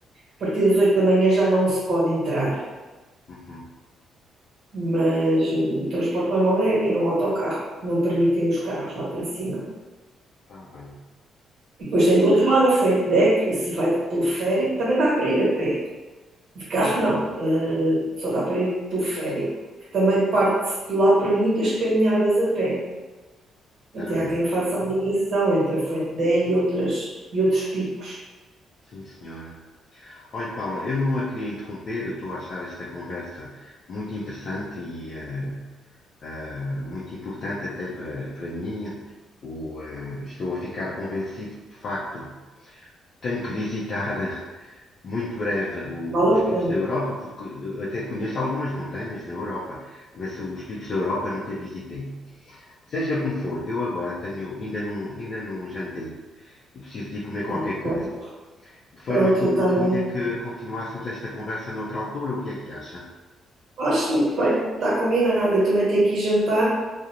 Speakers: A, on the right (about 60°); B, on the left (about 55°).
A: A partir das 8 da manhã já não se pode entrar,
B: Uhum.
A: mas o transporte normal é, é o autocarro, não permitem os carros lá para cima.
B: Está bem.
A: E depois tem do outro lado a Fuente Dé, Que se vai de teleférico, também dá para ir a pé. De carro
B: Uhum.
A: não, eh, só dá para ir de teleférico. que Também parte-se de lá para muitas caminhadas a pé.
B: Está
A: Até
B: bem.
A: há quem faça a ligação entre a Fuente Deck e, outras, e outros picos.
B: Sim, senhora. Olha, Paula, eu não a queria interromper, eu estou a achar esta conversa muito interessante e eh, eh, muito importante até para, para mim. O, eh, estou a ficar convencido que, de facto, tenho que visitar muito breve o-
A: Vale
B: os
A: a
B: picos
A: pena.
B: da Europa, porque eu até conheço algumas montanhas na Europa, mas os picos da Europa nunca visitei. Seja como for, eu agora tenho, ainda não, ainda não jantei e preciso de ir comer
A: Ah,
B: qualquer
A: ok.
B: coisa. De forma
A: Pronto,
B: que eu
A: eu também
B: propunha que continuássemos esta conversa noutra altura, o que é que acha?
A: Acho muito bem, está combinado. Eu também tenho que ir jantar